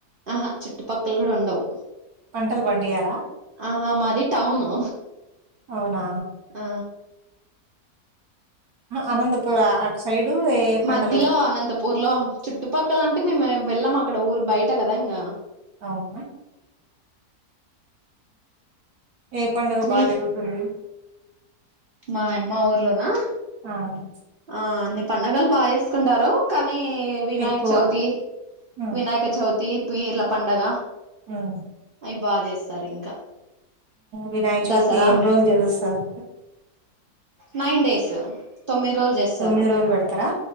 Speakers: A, on the right; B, on the right.
A: ఆహా చుట్టు పక్కల కూడా ఉండవు
B: పంటల్ బండియ్యరా
A: ఆహా మాది టౌను
B: అవునా
A: ఆ
B: అనంతపూరా సైడు ఏ పంటలు
A: మధ్యలో అనంతపూర్ లో చుట్టుపక్కల అంటే మేము వెళ్ళం అక్కడ ఊరు బయట కదా ఇంకా
B: అవును ఏ పండుగ
A: మీ
B: బాగా జరుగుతుంది
A: మా ఎ మా ఊర్లోనా
B: అవును
A: ఆ అన్ని పండగలు బా చేసుకుంటారు కానీ వినాయక
B: ఎక్కువ.
A: చవితి
B: హ్మ్.
A: వినాయక చవితి పీర్ల పండగ
B: హ్మ్
A: అవి బా చేస్తారు ఇంకా
B: వినాయక చవితి
A: దసరా
B: ఎన్ని రోజులు చేస్తారు
A: నైన్ డేస్ తొమ్మిది రోజులు చేస్తారు
B: తొమ్మిది రోజులు పెడతారా